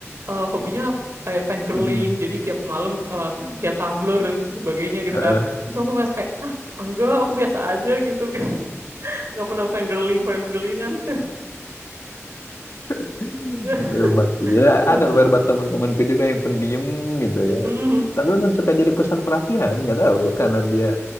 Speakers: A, on the right; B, on the left.
A: eh, hobinya eh, fangirling,
B: Mm-mm.
A: jadi tiap malam eh, dia Tumblr dan sebagainya gitu
B: Heeh.
A: kan." Terus aku ngerasa kayak, "Hah, enggak, aku biasa aja gitu." <laughs> nggak pernah fangirling, fangirlingan. <laughs> <laughs> <laughs>
B: <laughs>
A: <laughs>
B: Memang. Ya,
A: Heeh.
B: ada beberapa teman-temanku juga yang pendiam gitu ya.
A: Mhm.
B: Tapi emang suka jadi pusat perhatian, nggak tahu karena dia